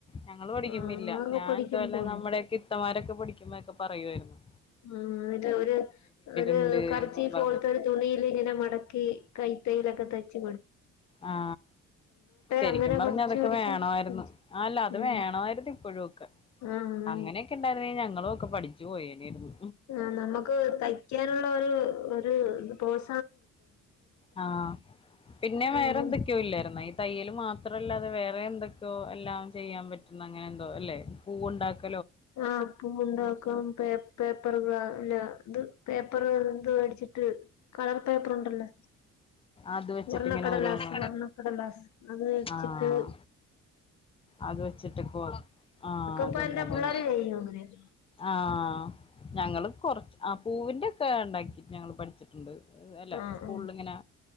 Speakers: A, on the left; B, on the left.
A: ഞങ്ങള് പഠിക്കുമ്പ
B: ആഹ്
A: ഇല്ല
B: ഞങ്ങളൊക്കെ
A: ഞാൻ
B: പഠിക്കുമ്പോ
A: ഇതേ പോലെ
B: ഉണ്ട്
A: നമ്മുടെയൊക്കെ ഇത്തമാരൊക്കെ പഠിക്കുമ്പോക്കെ പറയുയി രുന്നു
B: ഉ അല്ല ഒരു
A: ഉണ്ട്
B: കർച്ചീഫ്
A: എന്നും പറഞ്ഞിട്ട്
B: പോലത്തെ ഒരു തുണിൽ ഇങ്ങനെ മടക്കി കൈത്തൈയിലൊക്കെ തയ്ച്ച്
A: ആ ശെരിക്കും
B: അങ്ങനെ
A: പറഞ്ഞ
B: പഠിച്ചു
A: അതൊക്കെ
B: പഠിച്ചു
A: വേണായിരുന്നു
B: പഠിച്ചു
A: അല്ല അത്
B: ഉം
A: വേണമായിരുന്നു ഇപ്പോഴും ഒക്കെ
B: ആഹ് അതാണ്
A: അങ്ങനെയൊക്കെ ഇണ്ടായിരുന്ന ഞങ്ങളും ഒക്കെ പഠിച്ചു പോയേനേര്ന്നു
B: ആ നമ്മക്ക് തയ്ക്കാനുള്ള ഒര് ഒര് പോത്
A: ആ പിന്നെ വേറെ
B: അങ്ങനെ
A: എന്തൊക്കെയോ ഇല്ലായിരുനോ ഈ തയ്യൽ മാത്രല്ലാ അത് വേറെ എന്തൊക്കെയോ എല്ലാം ചെയ്യാൻ പറ്റുന്ന അങ്ങനെ എന്തോ അല്ലെ പൂവ് ണ്ടാക്ക
B: ആ അപ്പ ഉണ്ടാക്കാം പ പേപ്പറാല്ലത് പ്പർ മേടിച്ചിട്ട് കളർപേപ്പറുണ്ടല്ലോ
A: അത് വെച്ചിട്ട്
B: വർണ്ണക്കടലാസ്
A: ഇങ്ങനെ ഓരോന്ന്
B: വർണ്ണക്കടലാസ് അത് അടിച്ചിട്ട്
A: ആഹ് അത് വെച്ചിട്ട്പ്പോ ആഹ് അതന്നെ
B: ഇപ്പൊ എന്റെ
A: അതന്നെ
B: പിള്ളേര് ചെയ്യും അങ്ങനെയൊക്കെ
A: ആഹ് ഞങ്ങള് കൊറച്ച് അപ് പൂവിന്റെ ഒക്കെ ഉണ്ടാക്കി ഞങ്ങള് പഠിച്ചിട്ട്ണ്ട് അല്ല
B: ആഹ് ആഹ്
A: സ്കൂളില്
B: ആഹ്
A: ങ്ങനെ